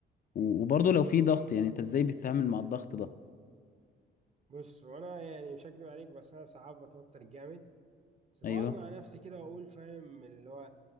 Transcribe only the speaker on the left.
و- وبرضو لو في ضغط يعني انت ازاي بتتعامل مع الضغط ده
ايوه